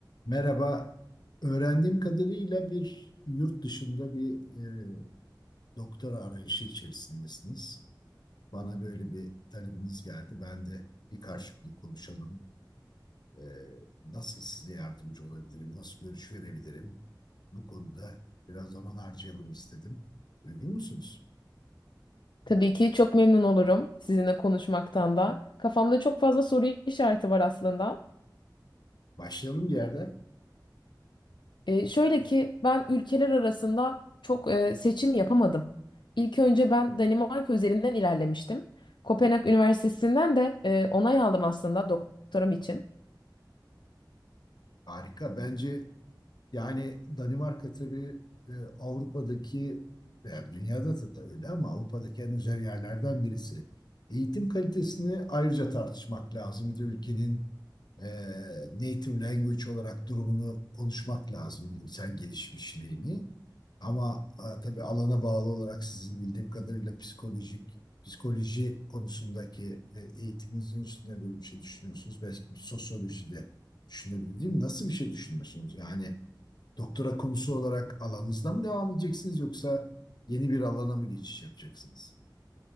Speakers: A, on the left; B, on the left.
A: Merhaba. Öğrendiğim kadarıyla bir yurt dışında bir e, doktora arayışı içerisindesiniz. Bana böyle bir talebiniz geldi. Ben de bir karşılıklı konuşalım. E, nasıl size yardımcı olabilirim? Nasıl görüş verebilirim? Bu konuda biraz zaman harcayalım istedim. Uygun musunuz?
B: Tabii ki çok memnun olurum sizinle konuşmaktan da. Kafamda çok fazla soru işareti var aslında.
A: Başlayalım bir yerden.
B: Ee, şöyle ki ben ülkeler arasında çok e, seçim yapamadım. İlk önce ben Danimarka üzerinden ilerlemiştim. Kopenhag Üniversitesi'nden de e, onay aldım aslında doktoram için.
A: Harika. Bence Yani Danimarka tabii e, Avrupa'daki veya dünyada da da öyle ama Avrupa'daki en özel yerlerden birisi. Eğitim kalitesini ayrıca tartışmak lazım. Bir de ülkenin e, native language olarak durumunu konuşmak lazım, bilimsel gelişmişliğini. Ama e, tabii alana bağlı olarak sizin bildiğim kadarıyla psikolojik psikoloji konusundaki e, eğitiminizin üstüne böyle bir şey düşünüyorsunuz. Belki bir sosyoloji de düşünebilirim. Nasıl bir şey düşünüyorsunuz? Yani Doktora konusu olarak alanınızda mı devam edeceksiniz yoksa yeni bir alana mı geçiş yapacaksınız?